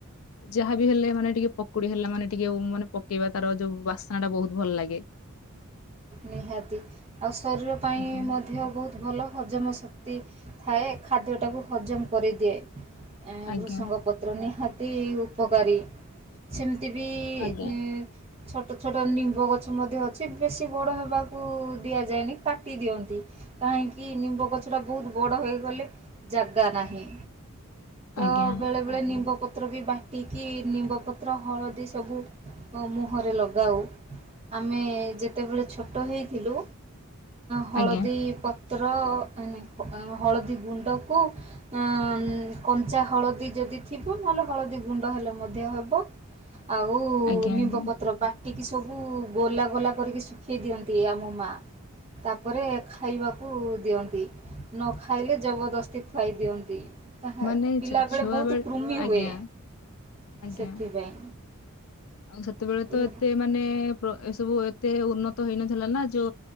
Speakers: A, on the left; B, on the right.
A: ଯାହାବ ହେଲେ ମାନେ ଟିକେ ପକୁଡି ହେଲା ମାନେ ଟିକେ ମାନେ ପକେଇବା ତାର ଯୋଉ ବାସ୍ନା ଟା ବହୁତ ଭଲ ଲାଗେ।
B: ନିହାତି ଆଉ ଶରୀର ପାଇଁ
A: ଆଜ୍ଞା।
B: ମଧ୍ୟ ବହୁତ ଭଲ। ହଜମ ଶକ୍ତି ଥାଏ ଖାଦ୍ୟଟାକୁ ହଜମ କରିଦିଏ
A: ଆଜ୍ଞା
B: ବୃଷଙ୍ଗ ପତ୍ର ନିହାତି ଉପକାରୀ ସେମିତି ବି
A: ଆଜ୍ଞା
B: ଉ ଛୋଟ ଛୋଟ ନିମ୍ବ ଗଛ ମଧ୍ୟ ଅଛି ବେଶୀ ବେଶି ବଡ଼ ହେବାକୁ ଦିଆଯାଏନି ତାଟି ଦିଅନ୍ତି। କାହିଁକି ନିମ୍ବ ଗଛ ଟା ବହୁତ ବଡ ହେଇଗଲେ ଜାଗା ନାହିଁ। ତ
A: ଆଜ୍ଞା
B: ବେଳେବେଳେ ନିମ୍ବପତ୍ର ବି ବାଟିକି ନିମ୍ବପତ୍ର ହଳଦୀ ସବୁ ମୁହଁରେ ଲଗାଉ ଆମେ ଯେ ସେତେବେଳେ ଛୋଟ ହେଇଥିଲୁ ହଳଦୀ
A: ଆଜ୍ଞା
B: ପ ପତ୍ର ଏ ନାଇ ମାନେ ହଳଦୀ ଗୁଣ୍ଡକୁ ଅ କଞ୍ଚା ହଳଦୀ ଯଦି ଥିବ ନହେଲେ ହଳଦୀ ଗୁଣ୍ଡ ହେଲେ ମଧ୍ୟ ହବ। ଆଉ
A: ଆଜ୍ଞା
B: ନିମ୍ବ
A: ଆଜ୍ଞା
B: ପତ୍ର ପାଟିକି ସବୁ ଗୋଲା ଗୋଲା କରିକି ଶୁଖେଇ ଦିଅନ୍ତି ଆମ ମା ତାପରେ ଖାଇବାକୁ ଦିଅନ୍ତି। ନ ଖାଇଲେ ଜବରଦସ୍ତି ଖୁଆଇ ଦିଅନ୍ତି। ତାହା
A: ମାନେ
B: ପିଲାବେଳେ
A: ଛ ଛୁଆ
B: ବହୁତ
A: ବେଳେ
B: କୃମି
A: ଆଜ୍ଞା
B: ହୁଏ
A: ଆଜ୍ଞା
B: ସେଥିପାଇଁ।
A: ଆଉ ସେତେବେଳେ ତ
B: ଏ
A: ଏତେ ମାନେ ଏ ସବୁ ଏତେ ଉନ୍ନତ ହେଇନଥିଲା ନା ଯୋ